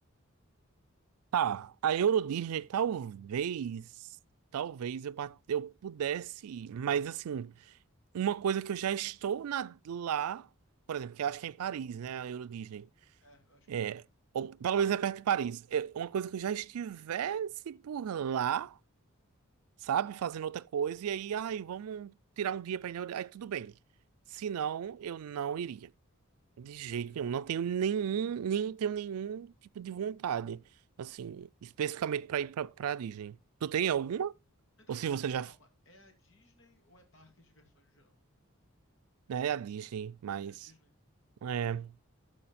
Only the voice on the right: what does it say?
Tá, a Euro Disney talvez. Talvez eu, pa- eu pudesse ir, mas assim. Uma coisa que eu já estou na- lá, por exemplo, que eu acho que é em Paris, né? A Euro Disney.
É,
ou pelo menos é perto de Paris. É uma coisa que eu já estivesse por lá, sabe? Fazendo outra coisa, e aí, ai, vamos tirar um dia para ir na Euro... Aí tudo bem. Se não, eu não iria. De jeito
nenhum. Não tenho nenhum, nem tenho nenhum tipo de vontade. Assim, especificamente para ir para Disney. Tu tem alguma?
Ou se
você
já,
né, é a Disney, mas.
é,